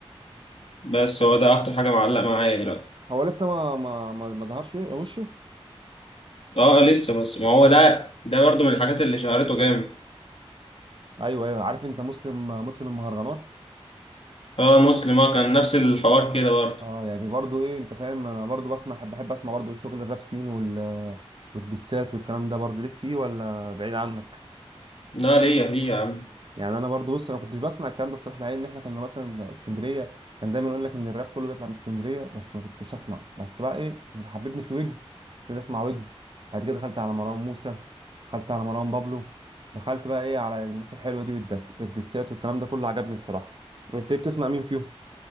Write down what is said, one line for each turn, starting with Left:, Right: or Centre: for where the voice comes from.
Left: بس هو ده اكتر حاجه معلق معايا دلوقتي
Right: هو لسه ما ما ما, ما ظهرش وشه
Left: اه لسه بس ما هو ده ده برضو من الحاجات اللي شهرته جامد
Right: ايوه ايوه عارف انت مسلم مطرب المهرجانات
Left: اه مسلم اه كان نفس الحوار كده برضو
Right: اه يعني برضو ايه انت فاهم انا برضو بسمع بحب بحب اسمع برضو شغل الراب سين وال والدسات والكلام ده برضو ليك فيه ولا بعيد عنك
Left: لا ليا فيه يا عم
Right: يعني انا برضو بص انا كنتش بسمع الكلام ده الصراحه مع ان احنا كنا مثلا اسكندريه كان دايما يقول لك ان الراب كله بيطلع من اسكندريه بس ما كنتش اسمع بس بقى ايه اللي حببني في ويجز ابتديت اسمع ويجز بعد كده دخلت على مروان موسى دخلت على مروان بابلو دخلت بقى ايه على الناس الحلوه دي والدس الدسات والكلام ده كله عجبني الصراحه انت إيه بتسمع مين فيهم